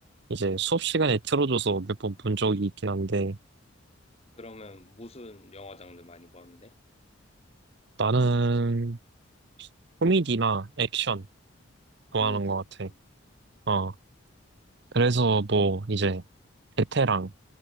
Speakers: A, on the right; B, on the left.
A: 이제 수업 시간에 틀어줘서 몇 번 본 적이 있긴 한데,
B: 그러면 무슨 영화 장르 많이 보는데?
A: 나는 코미디나 액션
B: 코미디.
A: 좋아하는 것
B: 액션.
A: 같아. 어, 그래서 뭐 이제 베테랑,